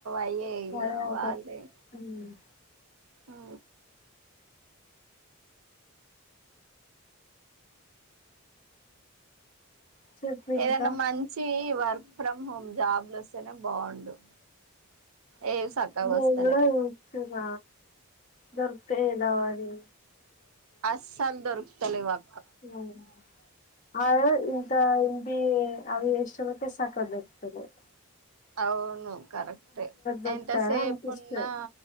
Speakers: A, on the right; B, on the left.
A: అయే ఇగ
B: అదే అదే
A: వాళ్లే
B: ఉమ్.
A: ఆ
B: చెప్పు ఇంకా
A: ఏదైనా మంచి వ ఫ్రమ్ హోమ్ జాబ్ లోస్తేనే బాగుండు. ఏవి సక్కగా
B: నేను
A: వస్తలేవు
B: గూడా చూస్తున్న దొరికితే చేద్దామని
A: అస్సల్ దొర్ తలెవ్ అ
B: మ్మ్ అదే క ఎం బీ ఏ అవి చేసినోళ్లకే సక్కగ దొర్కుతలేవు.
A: అవును కరెక్టే
B: దొరుకుతాయా
A: ఎంతసేపు
B: అనిపిస్తది
A: ఉన్నా